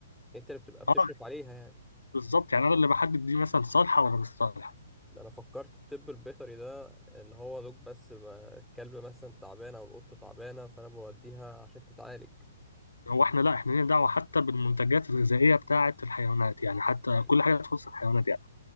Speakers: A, in the centre; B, on the left.
A: انت اللي بتبقى بتشرف
B: اه
A: عليها يعني
B: بالظبط يعني انا اللي بحدد دي مثلا صالحه ولا مش صالحه
A: ده انا فكرت الطب البيطري ده اللي هو دوك بس بقى الكلب مثلا تعبانه او القطه تعبانه فانا بوديها عشان تتعالج
B: هو احنا لا احنا لينا دعوه حتى بالمنتجات الغذائيه بتاعت الحيوانات يعني حتى
A: مم.
B: كل حاجه تخص الحيوانات يعني.